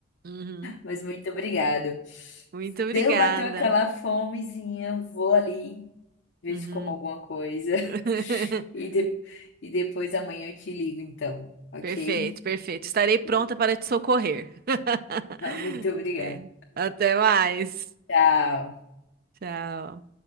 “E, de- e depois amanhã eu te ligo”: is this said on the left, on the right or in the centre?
Left